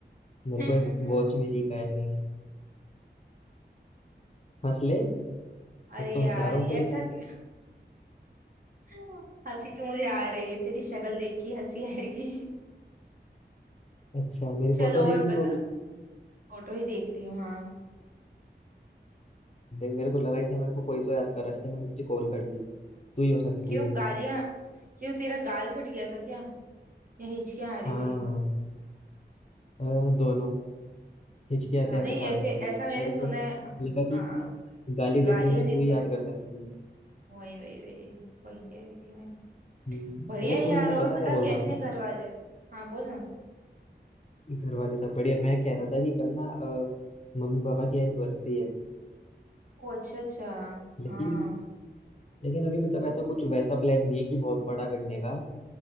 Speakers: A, on the left; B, on the right.
A: मेरे
B: <laughs>
A: को एक वॉच मिली गायब रहने की। हंस ले
B: अरे
A: एक तो
B: यार
A: हंसा रहा हूँ तेरे
B: ऐसा
A: को
B: क्या- <laughs> हंसी तो मुझे आ रही है तेरी शक्ल देख के हंसी आएगी
A: अच्छा
B: <laughs>
A: मेरी
B: चल
A: फोटो
B: और
A: देख रही
B: बता
A: तू अभी
B: फोटो ही देख रही हूँ हाँ
A: देख मेरे को लगा ही था मेरे को कोई तो याद कर रहा है इसलिए मैंने तुझे कॉल कर ली तू ही हो सकती
B: क्यों
A: है एक
B: गालियां क्यों तेरा गाल कट गया था क्या या हिचकियां आ
A: हाँ
B: रही थी
A: अ, दोनों हिचकी
B: अच्छा
A: आते आते
B: नहीं
A: गाल
B: ऐसे
A: कट गई
B: ऐसा मैंने
A: मेरे
B: सुना
A: को
B: है
A: लगा
B: हाँ
A: कि गाली
B: गालियां
A: देते हुए
B: देते
A: तो तू ही याद
B: हैं
A: कर सकती है
B: वही वही वही वही कह रही थी मैं
A: हम्म,
B: बढ़िया
A: अरे सुन
B: है यार
A: मैं
B: और
A: पता
B: बता
A: क्या बोल
B: कैसे
A: रहा था
B: हैं घर वाले हाँ बोल
A: घर वाले सब बढ़िया मैं कह रहा था कि कल ना अ, मम्मी पापा की एनिवर्सरी है
B: ओ अच्छा अच्छा
A: लेकिन
B: हाँ
A: लेकिन अभी मतलब ऐसा कुछ वैसा प्लान नहीं है कि बहुत बड़ा करने का